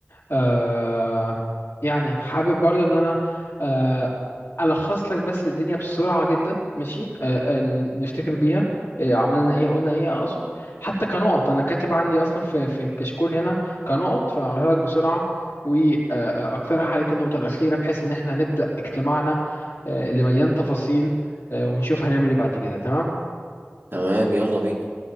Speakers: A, on the left; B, on the right.
A: آه يعني حابب برضه ان انا آه الخص لك بس الدنيا بسرعه جدا ماشي آه آه، ن- نفتكر بيها آه عملنا ايه قلنا ايه اقصد حتى كنقط انا كاتب عندي اصلا في في الكشكول هنا كنقط فانا اقولها لك بسرعه واقترح عليك النقطة الأخيرة بحيث إن احنا نبدأ اجتماعنا آه، اللي مليان تفاصيل آه، ونشوف هنعمل ايه بعد كده تمام
B: تمام يلا بينا